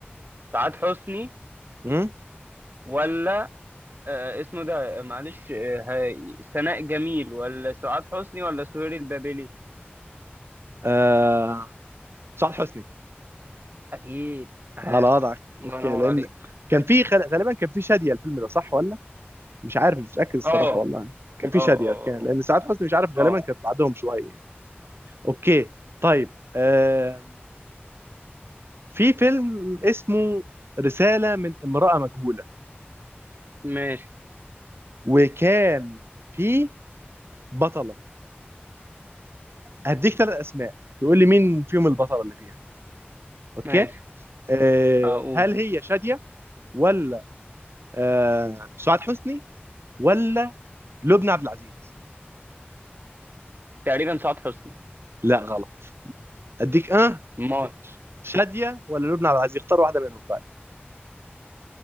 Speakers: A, on the right; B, on the right.
A: سعاد حسني
B: مم.
A: ولا آه اسمه ده آه، معلش آه هاي- سناء جميل ولا سعاد حسني ولا سهير البابلي
B: آه. سعاد حسني
A: اكيد عاش
B: على وضعك
A: الله
B: اوكي
A: ينور
B: لان
A: عليك
B: كان في غال- غالبا كان في شاديه الفيلم ده صح ولا مش عارف مش متاكد الصراحه
A: اه اه
B: والله كان في
A: اه
B: شاديه
A: اه
B: اوكي لان سعاد حسني مش عارف
A: اه
B: غالبا
A: آه.
B: كانت بعدهم شويه يعني اوكي طيب آه. في فيلم اسمه رساله من امراه مجهوله
A: ماشي
B: وكان في بطله هديك ثلاث اسماء تقول لي مين فيهم البطله اللي فيها اوكي
A: ماشي
B: آه.
A: اقول
B: هل هي شاديه ولا آه سعاد حسني ولا لبنى عبد العزيز
A: تقريبا سعاد حسني
B: لا غلط اديك اه
A: ما
B: شادية ولا لبنى عبد العزيز اختار واحدة منهم طيب